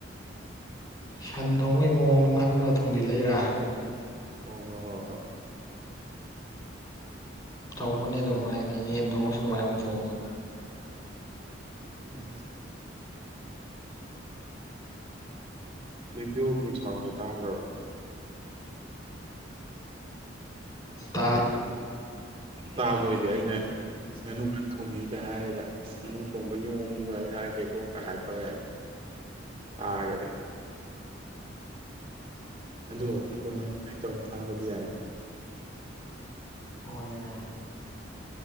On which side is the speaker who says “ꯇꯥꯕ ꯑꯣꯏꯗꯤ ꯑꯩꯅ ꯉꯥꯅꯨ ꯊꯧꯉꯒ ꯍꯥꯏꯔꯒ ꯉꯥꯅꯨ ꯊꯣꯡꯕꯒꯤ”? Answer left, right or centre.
Right